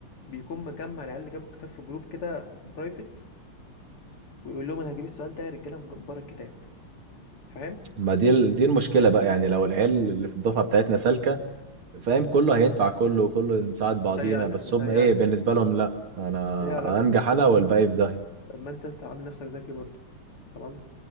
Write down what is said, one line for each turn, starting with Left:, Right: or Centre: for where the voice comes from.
Left: بيكون مجمع العيال اللي جابوا الكتاب في جروب كده برايفت ويقول لهم انا هجيب السؤال ده يا رجاله من بره الكتاب فاهم
Right: ما دي ال- دي المشكله بقى يعني لو العيال اللي في الدفعه بتاعتنا سالكه فاهم كله هينفع كله وكله نساعد بعضينا
Left: متهيألك
Right: بس
Left: متهيألك
Right: هم ايه بالنسبه لهم لا انا
Left: متهيألك
Right: انجح
Left: أصلا
Right: انا والباقي في داهيه
Left: طب ما انت لسه عامل نفسك ذكي برضه تمام